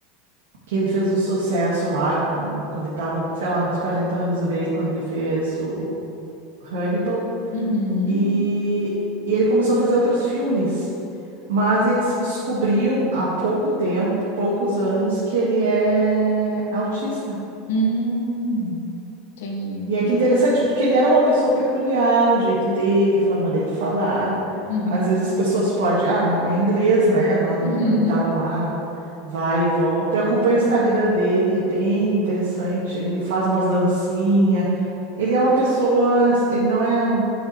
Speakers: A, on the right (about 80°); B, on the left (about 75°).
A: que ele fez o sucesso lá com quando ele tava, sei lá, nos 40 anos dele, quando ele fez o Hannibal
B: Uhum.
A: e, e ele começou a fazer outros filmes, mas ele se descobriu há pouco tempo, poucos anos, que ele é autista.
B: Hum, entendi.
A: E é que interessante, porque ele era uma pessoa peculiar, o jeito dele, a forma dele falar.
B: Uhum.
A: Às vezes as pessoas podem, ah, não é inglês, né? Lá no,
B: Uhum.
A: quando ele estava lá, vai e volta. Eu acompanho o Instagram dele, é bem interessante. Ele faz umas dancinhas. Ele é uma pessoa, ele não é um.